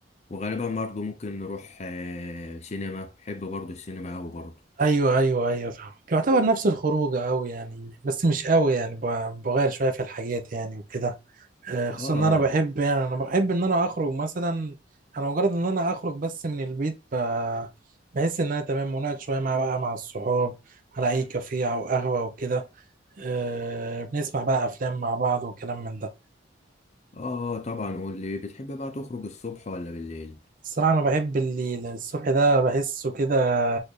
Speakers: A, on the left; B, on the right.
A: وغالبا برضو ممكن نروح آه، سينما بحب برضو السينما أوي برضو
B: ايوه ايوه ايوه فاهمك يعتبر نفس الخروجه قوي يعني بس مش قوي يعني ب- بغير شويه في الحاجات يعني وكده آه، خصوصا
A: آه
B: ان انا بحب يعني انا بحب ان انا اخرج مثلا انا مجرد ان انا اخرج بس من البيت ب- بحس ان انا تمام ونقعد شويه مع بقى مع الصحاب على اي كافيه او قهوه وكده آه، بنسمع بقى افلام مع بعض وكلام من ده
A: آه آه طبعا قول لي بتحب بقى تخرج الصبح ولا بالليل
B: الصراحه انا بحب الليل الصبح ده بحسه كده